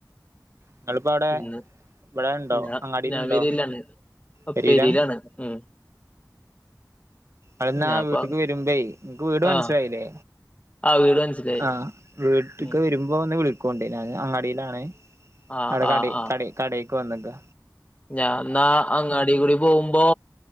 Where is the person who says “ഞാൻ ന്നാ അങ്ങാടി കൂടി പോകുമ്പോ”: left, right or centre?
Left